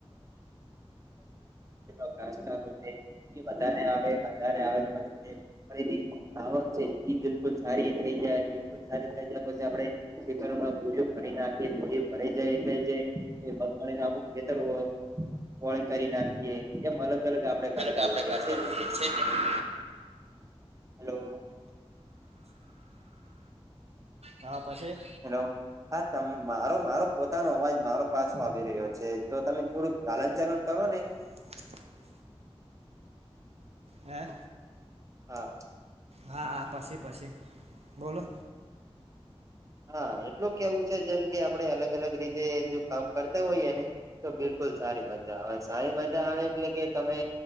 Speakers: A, on the right; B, on the right.
A: <unintelligible> <unintelligible> વધારે આવે વધારે આવે પછી ફરી થી આવક છે બિલકુલ સારી થઈ જાય બિલકુલ સારી થઈ જાય પછી આપડે ખેતરોમાં બૂરીઓ ફરી નાખી બોરીઓ ફરાઈ જાય એટલે જે એ મગફણી આખું ખેતર હો વળ કરી નાખીએ એમ અલગ અલગ આપડે
B: પેલો
A: કડતા
B: કે આપણે
A: હોઈએ
B: કરતા
A: છે જે
B: <inaudible>
A: હલો.
B: હા, પછી?
A: હેલો હા તમ મારો મારો પોતાનો અવાજ મારો પાછો આવી રહ્યો છે. તો તમે થોડુંક હાલન ચાલન કરો ને.
B: <inaudible> હે.
A: હા.
B: હા હા પછી પછી બોલો.
A: હા એટલું કેવું છે જેમ કે આપડે અલગ અલગ રીતે જો કામ કરતા હોઈએને. તો બિલકુલ સારી મજા આવે સારી મજા આવે એટલે કે તમે